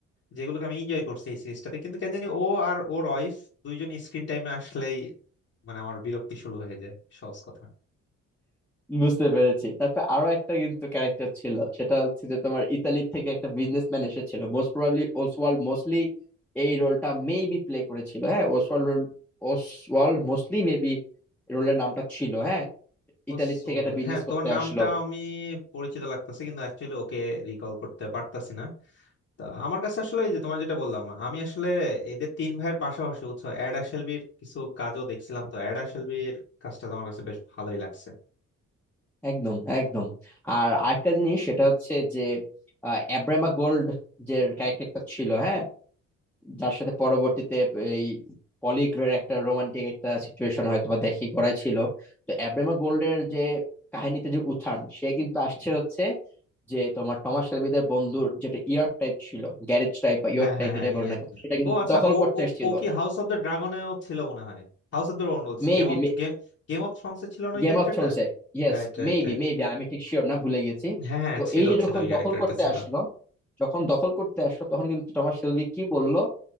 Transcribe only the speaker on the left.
যেগুলোকে আমি এনজয় করছি এই সিরিজটাতে কিন্তু কেন জানি ও আর ওর ওয়াইফ দুইজন স্ক্রিন টাইমে আসলেই মানে আমার বিরক্তি শুরু হয়ে যায় সহজ কথা
ওসওয়াল্ড
হ্যাঁ তোমার
নামটা
আমি পরিচিত লাগতেছে কিন্তু অ্যাকচুয়ালি ওকে রিকল করতে পারতাছি না তা আমার কাছে আসলে ওই যে তোমার যেটা বললাম আমি আসলে এদের তিন ভাইয়ের পাশাপাশি বুঝছো অ্যাড আশেলবির কিছু কাজও দেখছিলাম তো অ্যাড আশেলবির কাজটা তো আমার কাছে বেশ ভালোই লাগছে
হ্যাঁ হ্যাঁ
হ্যাঁ
ইয়ে
ও আচ্ছা
ও
ও
ও কি হাউস অফ দ্য ড্রাগনেও ছিল মনে হয় হাউস অফ দ্য ড্রাগন বলছি
game of game of thrones এ ছিল না ওই
ক্যারেক্টারটা
Right right
right
হ্যাঁ হ্যাঁ
ছিল
ছিল
ওই ক্যারেক্টারটা
ছিল